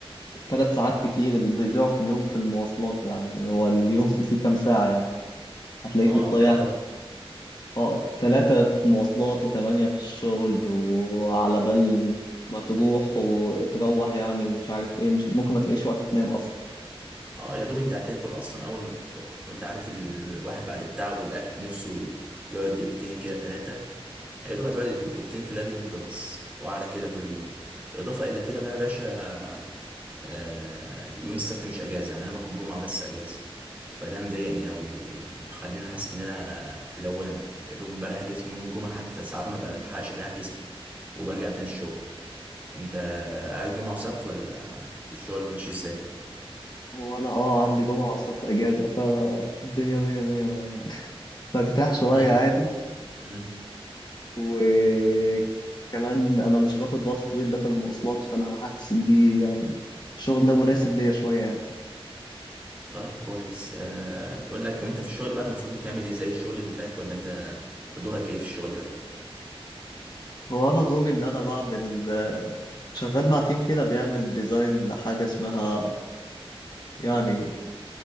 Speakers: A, on the left; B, on the right.
A: ثلاث ساعات كتير اللي بيضيعوا في اليوم في المواصلات يعني هو اليوم <laughs> فيه كام ساعة يعني هتلاقيك
B: اه
A: بتضيع
B: تلاتة و...
A: اه ثلاثة في مواصلات وثمانية في الشغل وعلى بال ما تروح وتروح يعني ومش عارف ايه مش ممكن ما تلاقيش وقت تنام اصلا
B: اه يا دوب انت هتاكل اصلا اول ما ت... وانت عارف الواحد بعد التعب والاكل نفسه ي- يقعد دقيقتين كده ثلاثه يا دوب هتقعد دقيقتين تلاقي اليوم خلص وعلى كده كل يوم اضافه الى كده بقى يا باشا آه، يوم السبت مش اجازه يعني انا باخد جمعه بس اجازه فده مضايقني قوي مخليني حاسس ان انا في دوامه يا دوب بريح جسمي يوم الجمعه حتى ساعات ما بلحقش اريح جسمي وبرجع تاني الشغل انت قاعد جمعه وسبت ولا شغلك مش ازاي
A: هو انا اه عندي جمعة وسبت اجازة فالدنيا مية مية معايا يعني <laughs> برتاح شوية
B: طيب
A: عادي
B: امم
A: وكمان انا مش باخد وقت طويل ده في المواصلات فانا حاسس ان دي يعني الشغل ده مناسب ليا شوية يعني
B: طيب كويس أه بقول لك وانت في الشغل بقى المفروض بتعمل ايه زي الشغل اللي فات ولا انت دورك ايه في الشغل ده
A: هو انا دوري ان انا بعمل شغال مع تيم كده بيعمل ديزاين لحاجة اسمها يعني